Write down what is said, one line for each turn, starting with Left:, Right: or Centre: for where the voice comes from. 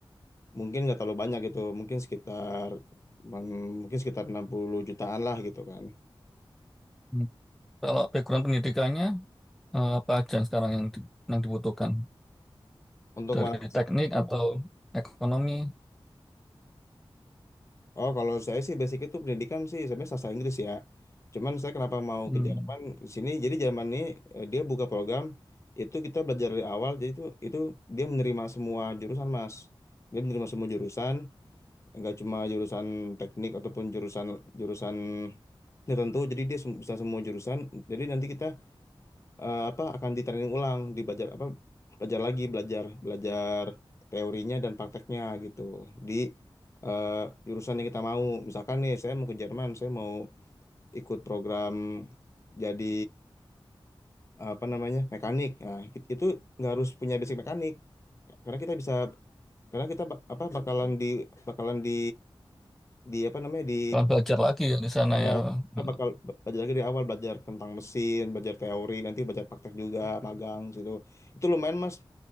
Left: mungkin nggak terlalu banyak gitu mungkin sekitar mm, mungkin sekitar 60 jutaan lah gitu kan
Centre: Hmm. Kalau background pendidikannya eh, apa aja yang sekarang yang di- yang dibutuhkan
Left: untuk
Centre: dari
Left: kemana Mas?
Centre: teknik atau ekonomi?
Left: oh kalau saya sih basic itu pendidikan sih sebenarnya sastra Inggris ya cuman saya kenapa mau
Centre: Hmm.
Left: ke Jerman di sini jadi Jerman ini eh, dia buka program itu kita belajar dari awal jadi itu itu dia menerima semua jurusan Mas dia menerima semua jurusan nggak cuma jurusan teknik ataupun jurusan jurusan tertentu jadi dia sem- bisa semua jurusan jadi nanti kita eh, apa akan ditraining ulang di apa belajar lagi belajar belajar teorinya dan prakteknya gitu di eh, jurusan yang kita mau misalkan nih saya mau ke Jerman saya mau ikut program jadi apa namanya mekanik nah it- itu nggak harus punya basic mekanik karena kita bisa karena kita bak- apa bakalan di bakalan di di apa namanya di
Centre: Kalau belajar lagi ya di sana
Left: uh,
Centre: ya.
Left: kita
Centre: Nah,
Left: bakal belajar lagi dari awal belajar tentang mesin belajar teori nanti belajar praktek juga magang situ itu lumayan mas